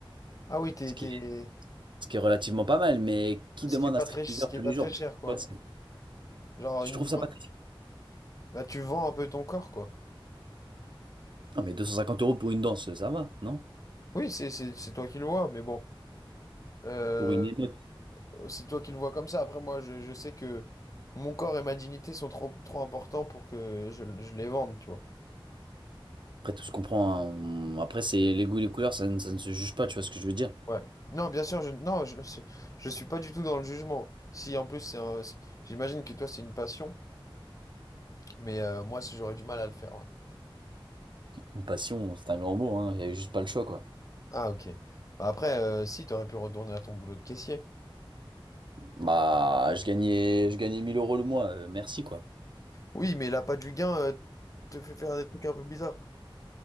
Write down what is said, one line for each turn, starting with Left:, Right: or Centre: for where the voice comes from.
Left: ah oui, t'es,
Right: ce qui
Left: t'es-
Right: est, ce qui est relativement pas mal. Mais qui
Left: ce
Right: demande
Left: qui est pas
Right: un stripteaseur
Left: très, ce qui
Right: tous
Left: est pas
Right: les jours?
Left: très cher,
Right: Tu
Left: quoi.
Right: vois, c'est-
Left: Genre,
Right: tu
Left: une...
Right: trouves
Left: vente-
Right: ça pas très...
Left: bah, tu vends un peu ton corps, quoi.
Right: Non, mais 250 euros pour une danse, ça va, non?
Left: Oui, c'est c'est- c'est toi qui le vois, mais bon, Euh,
Right: Pour une émeute.
Left: c'est toi qui le vois comme ça. Après, moi, je, je sais que mon corps et ma dignité sont trop, trop importants pour que je je les vende, tu vois.
Right: Après, tout se comprend. hein. Après, c'est les goûts et les couleurs, ça, ne ça ne se juge pas, tu vois ce que je veux dire?
Left: Ouais. Non, bien sûr, je non, je, je je suis pas du tout dans le jugement. Si en plus c'est un- c'est- j'imagine que toi c'est une passion, mais euh, moi si j'aurais du mal à le faire, ouais.
Right: Une passion, c'est un grand mot, hein. J'avais juste pas le choix, quoi.
Left: Ah ok. Bah après, euh, si t'aurais pu retourner à ton boulot de caissier.
Right: Bah, je gagnais, je gagnais 1000 euros le mois, euh, merci, quoi.
Left: Oui, mais l'appât du gain euh, te fait faire des trucs un peu bizarres.